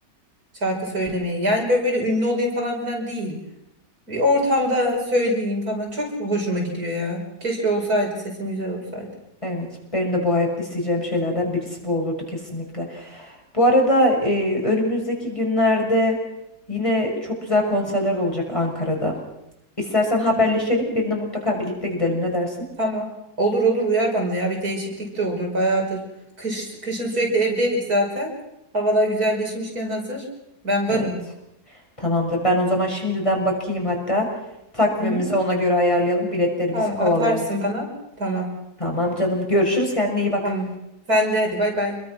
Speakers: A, on the right (about 70°); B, on the left (about 20°).
A: Şarkı söylemeyi. Yani böyle ünlü olayım falan filan değil. Bir ortamda söyleyeyim falan. Çok hoşuma gidiyor ya. Keşke olsaydı, sesim güzel olsaydı.
B: Evet, benim de bu hayatta isteyeceğim şeylerden birisi bu olurdu kesinlikle. Bu arada e, önümüzdeki günlerde yine çok güzel konserler olacak Ankara'da. İstersen haberleşelim, birine mutlaka birlikte gidelim. Ne dersin?
A: Tamam. Olur olur uyar bana ya. Bir değişiklik de olur. Bayağıdır. Kış, kışın sürekli evdeydik zaten. Havalar güzelleşmişken hazır. Ben
B: Evet.
A: varım.
B: Tamamdır. Ben o zaman şimdiden bakayım hatta takvimimizi
A: Hı hı.
B: ona göre ayarlayalım, biletlerimizi
A: Tamam
B: kovalayalım.
A: atarsın bana. Tamam.
B: Tamam canım. Görüşürüz. Kendine iyi bak.
A: Tamam. Sen de hadi bay bay.